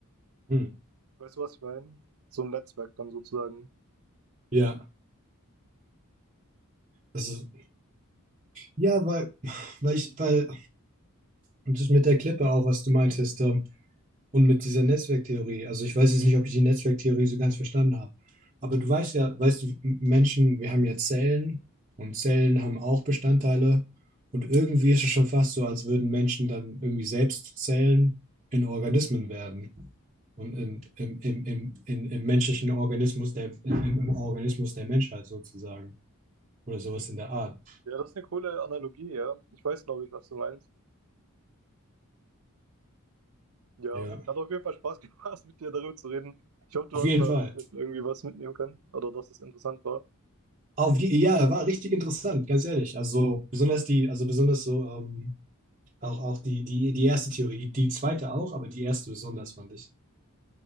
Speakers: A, on the right (about 30°); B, on the right (about 70°).
A: hm,
B: Weißt du, was ich meine? So ein Netzwerk dann sozusagen.
A: ja. Also, ja, weil, weil ich, weil, das mit der Klippe auch, was du meintest, ähm, Und mit dieser Netzwerktheorie, also ich weiß jetzt nicht, ob ich die Netzwerktheorie so ganz verstanden habe, aber du weißt ja, weißt du, M- Menschen, wir haben ja Zellen und Zellen haben auch Bestandteile und irgendwie ist es schon fast so, als würden Menschen dann irgendwie selbst Zellen in Organismen werden und in, im, im, im, in, im menschlichen Organismus, der, im, im im Organismus der Menschheit sozusagen oder sowas in der Art.
B: Ja, das ist eine coole Analogie, ja. Ich weiß, glaube ich, was du meinst. Ja,
A: Ja,
B: hat auf jeden Fall Spaß gemacht, <laughs> mit dir darüber zu reden. Ich hoffe, du
A: auf
B: hast
A: jeden
B: da
A: Fall.
B: ein bisschen irgendwie was mitnehmen können oder dass es interessant war.
A: Auf je, ja, war richtig interessant, ganz ehrlich. Also besonders die, also besonders so ähm, Auch, auch die, die, die erste Theorie, die, die zweite auch, aber die erste besonders fand ich.